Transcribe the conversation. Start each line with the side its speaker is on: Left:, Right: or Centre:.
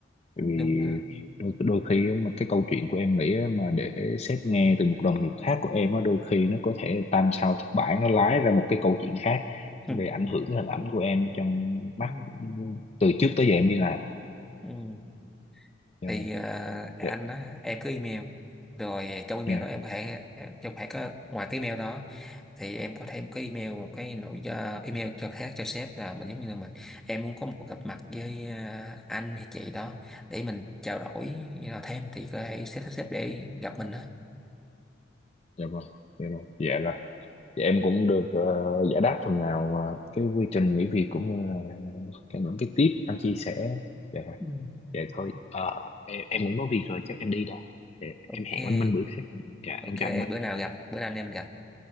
Left: Bởi
Centre: đúng
Left: vì
Centre: là
Left: đôi đôi khi á, mà cái câu chuyện của em nghĩ á, mà để sếp nghe từ một đồng nghiệp khác của em á đôi khi nó có thể tam sao thất bản nó lái ra một cái câu chuyện khác
Centre: ừ.
Left: về ảnh hưởng đến hình ảnh của em trong mắt
Centre: Ừ.
Left: từ trước tới giờ em đi làm
Centre: Ừ.
Left: dạ
Centre: thì
Left: rồi
Centre: ờ, anh
Left: dạ
Centre: á, em cứ email rồi trong email
Left: dạ
Centre: đó em có thể em- trong phải có ngoài cái email đó thì em có thêm cái email một cái nội do email cho khác cho sếp là mình giống như là mình em muốn có một cuộc gặp mặt với ờ, anh hay chị đó để mình trao đổi ờ, thêm thì có thể sếp sếp để gặp mình đó
Left: dạ vâng dạ rồi dạ rồi Dạ, em cũng được ờ, giải đáp phần nào mà cái quy trình nghỉ việc cũng như là cái, những cái tip anh chia sẻ dạ rồi
Centre: Ừ.
Left: Vậy thôi ờ, em, em cũng có việc rồi chắc em đi đã Dạ,
Centre: ok
Left: em hẹn anh Minh bữa khác dạ
Centre: ok
Left: em chào anh Minh
Centre: bữa nào gặp bữa nào anh em mình gặp